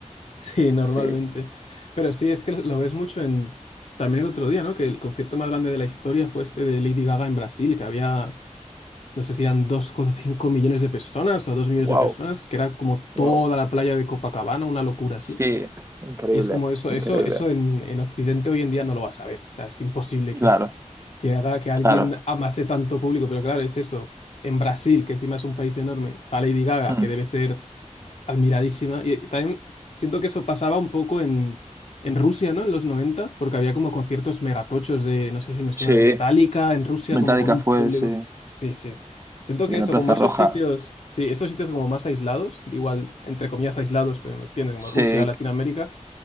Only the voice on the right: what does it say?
Sí,
Wow,
wow.
sí,
Increíble,
increíble.
claro,
claro.
Mm.
Sí,
Metallica
fue,
sí,
sí,
en
la Plaza
Roja.
Sí,